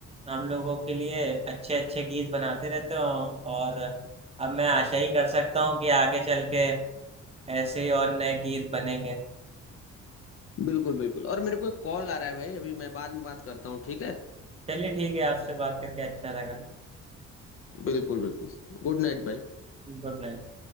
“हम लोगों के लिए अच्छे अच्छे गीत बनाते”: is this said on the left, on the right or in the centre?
Right